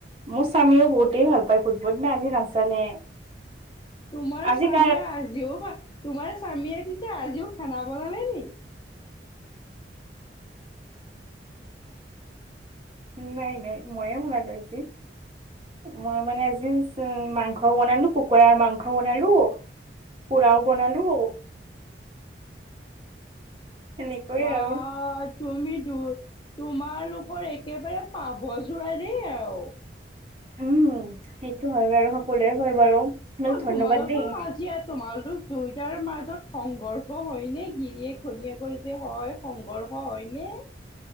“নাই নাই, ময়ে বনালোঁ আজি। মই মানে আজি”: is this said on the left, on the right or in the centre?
Right